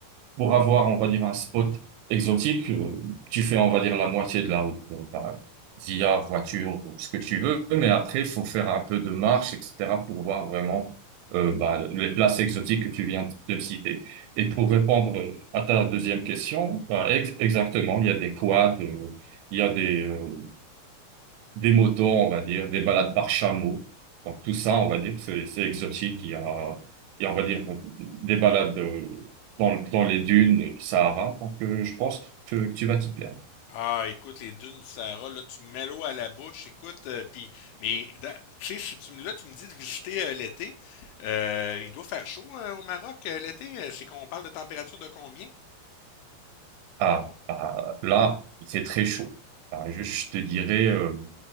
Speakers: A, on the right (about 80°); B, on the left (about 85°).
A: pour avoir, on va dire, un spot exotique, euh, tu fais, on va dire, la moitié de la route euh, par via voiture, ou ce que tu veux, mais après, il faut faire un peu de marche, etc., pour voir vraiment euh, bah, les places exotiques que tu viens de me citer. Et pour répondre à ta deuxième question, bah, ex- exactement, il y a des quads, euh, il y a des, euh, des motos, on va dire, des balades par chameau. Donc tout ça, on va dire, c'est c'est exotique. Il y a, il y a, on va dire, des balades. euh, dans, dans les dunes Sahara. Donc, euh, je pense que tu vas t'y plaire.
B: Ah, écoute, les dunes du Sahara, là, tu me mets l'eau à la bouche, écoute, euh, puis, mais, dans- tu sais, si tu me, là, tu me dis de visiter euh, l'été, euh, il doit faire chaud euh, au Maroc euh, l'été, Euh, c'est qu'on parle de température de combien?
A: Ah, ah, là, c'est très chaud. Ah, je, je te dirais, euh,